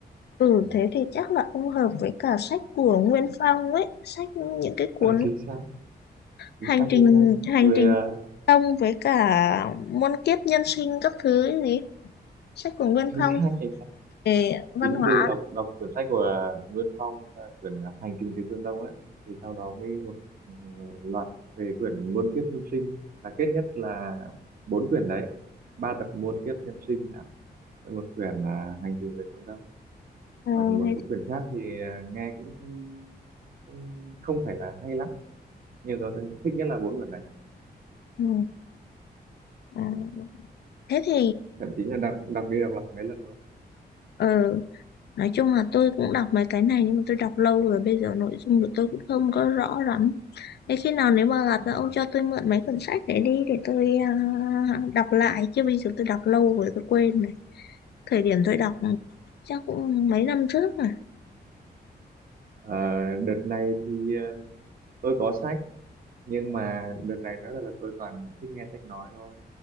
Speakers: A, on the left; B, on the right.
A: Ừ,
B: Ừ.
A: thế thì chắc là không hợp với cả sách của Nguyên Phong ấy, sách những cái cuốn
B: ờ ừ. chính xác
A: hành
B: chính xác
A: trình
B: chính xác
A: hành
B: tôi
A: trình
B: à,
A: công với cả muôn kiếp nhân sinh các thứ ấy gì, sách của
B: <laughs>
A: Nguyên
B: chính
A: Phong
B: xác chính xác
A: về văn
B: chính
A: hóa.
B: từ đọc đọc quyển sách của Nguyên Phong là quyển Hành trình từ phương Đông ấy thì sau đó mới một ừ, loạt về quyển Muôn kiếp nhân sinh là kết nhất là bốn quyển đấy ba tập Muôn kiếp nhân sinh à, với một quyển là Hành trình về phương Đông
A: Ờ,
B: còn một
A: thế,
B: số quyển khác thì à, nghe cũng không không không phải là hay lắm nhưng tôi thích nhất là bốn quyển đấy
A: ừ, ờ, thế thì
B: thậm chí là đọc đọc đi đọc lại mấy lần luôn đấy
A: ờ, nói chung là tôi cũng đọc mấy cái này nhưng mà tôi đọc lâu rồi bây giờ nội dung của tôi cũng không có rõ lắm. Thế khi nào nếu mà gặp
B: Ờ,
A: là ông cho tôi mượn mấy cuốn sách để đi để tôi à, đọc lại chứ bây giờ tôi đọc lâu rồi tôi quên rồi. thời điểm tôi đọc chắc cũng mấy năm trước mà
B: ờ, đợt này thì ờ, tôi có sách nhưng mà đợt này nói là tôi toàn thích nghe sách nói thôi